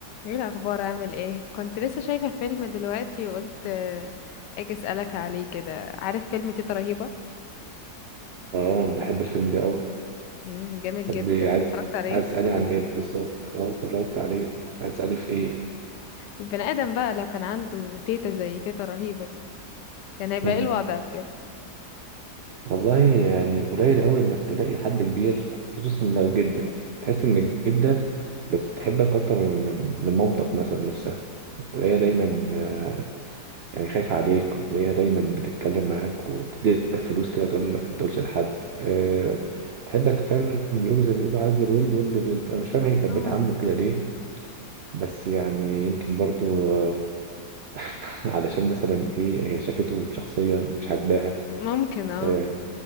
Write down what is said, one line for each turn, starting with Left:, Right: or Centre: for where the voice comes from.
Left: ايه الاخبار عامل ايه كنت لسه شايفه فيلم دلوقتي وقلت آه، اجي اسالك عليه كده عارف فيلم تيتا رهيبه
Right: اه أنا بحب الفيلم ده قوي
Left: امم جامد
Right: طب
Left: جدا
Right: إيه،
Left: اتفرجت
Right: عايز
Left: عليه
Right: عايز اسالي عن ايه بالظبط اه اتفرجت عليه عايز اسالي في ايه
Left: البني ادم بقى لو كان عنده تيتا زي تيتا رهيبه دي كان هيبقى
Right: مم.
Left: ايه الوضع بجد
Right: والله يعني قليل قوي انك تلاقي حد كبير خصوصا لو جدة تحس ان الجدة بتحبك اكتر من من مامتك مثلا نفسها تلاقيها دايما آه، يعني خايفة عليك وتلاقيها دايما بتتكلم معاك وتديلك فلوس كده تقول لك ما تقولش لحد أه تحبك فعلا بيقولوا زي ما بيقولوا عز الولد ولد الولد انا مش فاهم هي كانت
Left: اه
Right: بتعامله كده ليه بس يعني يمكن برضو آه، <laughs> علشان مثلا ايه هي شافته بشخصية مش عاجباها
Left: ممكن اه
Right: آه،